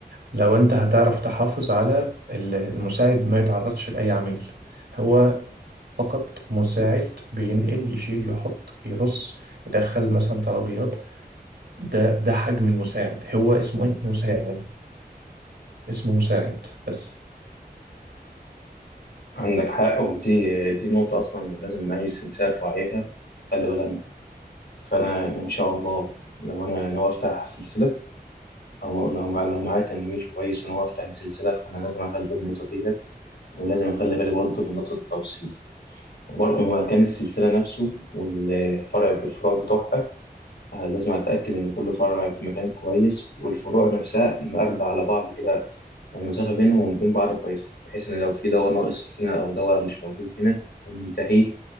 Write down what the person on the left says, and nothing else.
عندك حق ودي دي نقطة أصلا لازم أي سلسلة تراعيها تخلي بالها منها فأنا إن شاء الله لو أنا ناوي أفتح سلسلة أو لو مع لو معايا تمويل كويس وناوي أفتح بيه سلسلة فأنا لازم أخلي بالي من النقطة ديت ولازم أخلي بالي برضه من نقطة التوصيل وبرضه من مكان السلسلة نفسه والفرع الفروع بتوعها آه، لازم أتأكد إن كل فرع في مكان كويس والفروع نفسها مقربة على بعض كده يعني المسافة بينهم وبين بعض كويسة بحيث إن لو في دواء ناقص هنا أو دواء مش موجود هنا أو منتهي